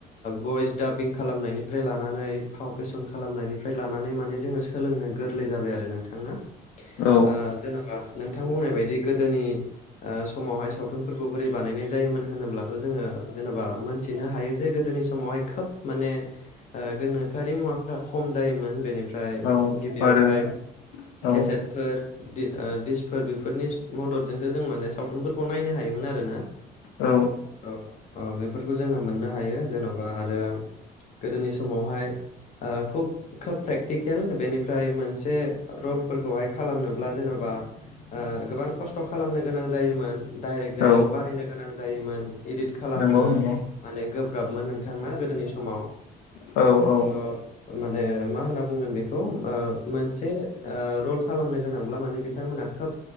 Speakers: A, on the left (about 45°); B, on the left (about 80°).
A: बयस दाबिं खालामनायनिफ्राय लानानै फावकेसन खालामनायनिफ्राय लानानै माने जोङो सोलोंनो गोरलै जाबाय आरो नोंथां ना ओ
B: औ
A: जेन'बा नोंथां बुंनाय बायदि गोदोनि ओ समावहाय सावथुनफोरखौ बोरै बानायनाय जा योमोन होनोब्लाथ' जोङो जेनेबा मोनथिनो हायो जे गोदोनि समावहाय खोब माने ओ गोनोखोआरि मुवाफ्रा खम जायोमोन बेनिफ्राय
B: आरो
A: गिबियावहाय
B: औ
A: केसेटफोर दि दिसफोर बेफोरनि मददजोंसो जों माने सावथुनफोरखौ नायनो हायोमोन आरो ना
B: औ
A: थ बेफोरखौ जोङो मोननो हायो जेन'बा आरो गोदोनि समावहाय ओ खुब खोब प्रेक्टिकेल बेनिफ्राय मोनसे रल फोरखौहाय खालामनोब्ला जेन'बा ओ गोबां खस्थ' खालामनो गोनां जायोमोन। दडाइरेक्ट डाइरेक्ट
B: औ
A: बानायनो गोनां जायोमोन इदिट खालामनो
B: नंगौ नंगौ
A: माने गोब्राबमोन नोंथांना गोदोनि समाव
B: औ औ
A: थ' माने मा होनना बुंगोन बेखौ ओ मोनसे ओ रल खालामनो गोनांब्ला माने बिथांमोना खोब